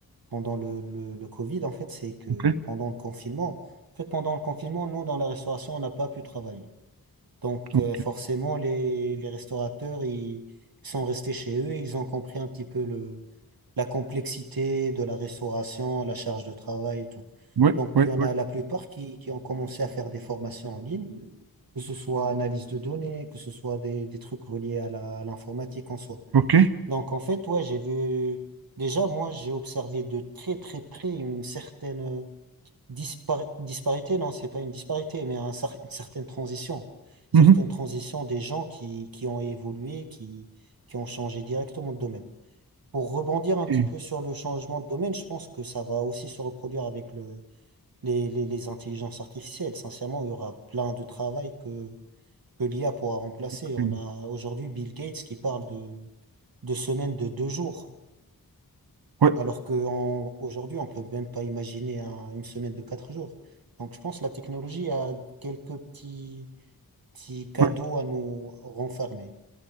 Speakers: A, on the right (about 65°); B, on the right (about 80°).
A: pendant le, le, le Covid, en fait, c'est que
B: ok,
A: pendant le confinement, en fait, pendant le confinement, nous, dans la restauration, on n'a pas pu travailler. Donc,
B: ok.
A: euh, forcément, les, les restaurateurs, ils sont restés chez eux et ils ont compris un petit peu le, la complexité de la restauration, la charge de travail et tout.
B: Oui,
A: Donc,
B: oui,
A: il y en
B: oui.
A: a la plupart qui, qui ont commencé à faire des formations en ligne, que ce soit analyse de données, que ce soit des, des trucs reliés à la- à l'informatique en soi.
B: Ok.
A: Donc, en fait, ouais, j'ai vu, déjà, moi, j'ai observé de très, très près une certaine Dispari- disparité, non, c'est pas une disparité, mais un cer- une certaine transition. Certaines
B: Mhm.
A: transitions des gens qui, qui ont évolué, qui, qui ont changé directement de domaine. Pour rebondir un
B: Ok.
A: petit peu sur le changement de domaine, je pense que ça va aussi se reproduire avec le, les, les, les intelligences artificielles. Sincèrement, il y aura plein de travail que, que l'IA pourra remplacer.
B: ok.
A: On a aujourd'hui Bill Gates qui parle de, de semaines de deux jours
B: Ouais,
A: alors qu'aujourd'hui, on peut même pas imaginer un- une semaine de quatre jours. Donc, je pense que la technologie a quelques petits, petits cadeaux
B: ouais.
A: à nous renfermer.